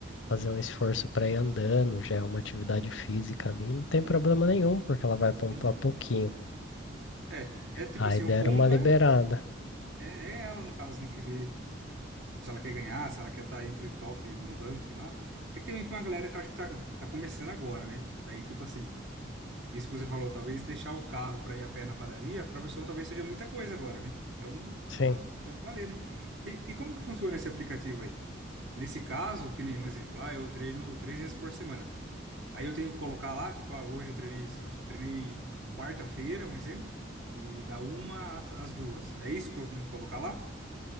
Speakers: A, on the left; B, on the right.
A: fazer um esforço para ir andando, já é uma atividade física ali, não tem problema nenhum, porque ela vai
B: sim.
A: pontuar pouquinho.
B: É, é tipo
A: Aí
B: assim,
A: deram
B: o ponto
A: uma liberada.
B: é É, é ela, no caso, né, que vê, tipo, se ela quer ganhar, se ela quer estar entre o top no ranking lá. É que também tem uma galera que eu acho que tá, tá começando agora, né? Daí, tipo assim, isso que você falou, talvez deixar o carro pra ir a pé na padaria, pra pessoa talvez seja muita coisa agora, né? Então,
A: Sim.
B: pode, pode valer, né? E, e como que funciona esse aplicativo aí? Nesse caso, que nem um exemplo, ah, eu treino três vezes por semana. Aí eu tenho que colocar lá, tipo, ah, hoje eu treinei, tipo, treinei quarta-feira, um exemplo, e da uma às, às duas. É isso que eu tenho que colocar lá?